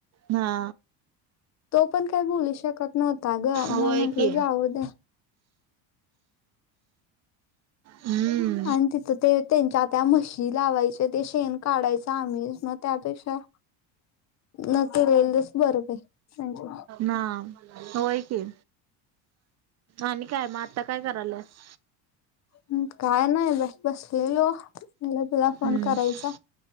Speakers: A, on the right; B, on the left.
A: हा.
B: तो पण काही बोलू शकत नव्हता ग
A: होय
B: मग म्हटलं
A: की
B: जाऊ द्या.
A: हम्म
B: आणि तिथं ते त्यांच्या आता म्हशी लावायचे ते शेण काढायचं आम्ही मग त्यापेक्षा. न केलेलच बर बाई. म्हणजे
A: ना होय कि आणि काय मग आता काय? कराल्यास?
B: हम् काय नाही बाई बसलेलो. मला तुला फोन
A: हम्म
B: करायचा